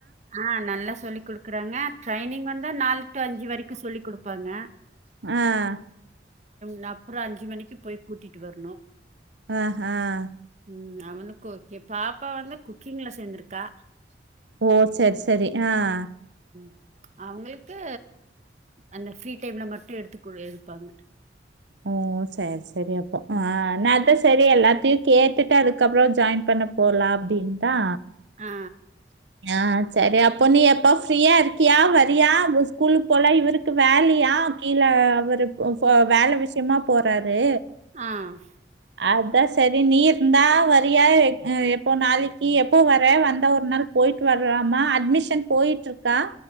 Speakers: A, on the right; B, on the right.
A: ஆஹ் நல்லா சொல்லி் குடுக்குறாங்க ட்ரைனிங் வந்து நாலு டூ அஞ்சு வரைக்கு சொல்லி் குடுப்பாங்க
B: ஆஹ்
A: நா அப்புறோ அஞ்சு மணிக்கு போய் கூட்டிட்டு வரணு
B: ஆஹ் ஹ்
A: ம் அவனுக்கு ஓகே பாப்பா வந்து குக்கிங்ல சேர்ந்திருக்கா
B: ஓ சேரி சேரி ஆஹ்
A: ம் அவங்களுக்கு அந்த ஃப்ரீ டைம்ல மட்டு எடுத்துக்குடு எடுப்பாங்க
B: ஓ சேரி சேரி அப் ஆஹ் நா <unintelligible> சேரி எல்லாத்தையு கேட்டுட்டு அதுக்கப்புறோ ஜாயின் பண்ண போலா அப்படின் தா
A: ஆ.
B: ஆஹ் சேரி அப்போ நீ எப்ப ஃப்ரீயா இருக்கியா வரியா ஸ்கூலுக்கு போல இவருக்கு வேலையா கீழே அவரு <unintelligible> வேல விஷ் க்கியமா போறாரு
A: ஆஹ்
B: அதா சேரி நீ இருந்தா வரியா அ எப்போ நாளைக்கி எப்போ வர வந்த ஒரு நாள் போயிட்டு வறலாமா அட்மிஷன் போயிட்டு இருக்கா